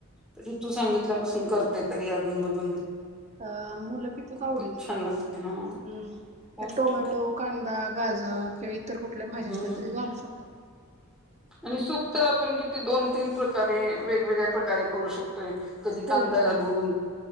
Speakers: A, in the centre; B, on the right.
A: तरी तू सांगितल्यापासून करत- तरी अजून मधून,
B: अं मुलं पितात
A: खूपच
B: आवडीन हं,
A: छान लागते हा पौष्टिक
B: टोमॅटो, कांदा, गाजर किंवा इतर कुठल्या भाज्या
A: हम्म
B: असल्या तरी घालू शकतात.
A: आणि सूप तर आपण किती दोन तीन प्रकारे, वेगवेगळ्या प्रकारे करू शकतोय. कधी
B: हो
A: कांदा
B: होय
A: घालून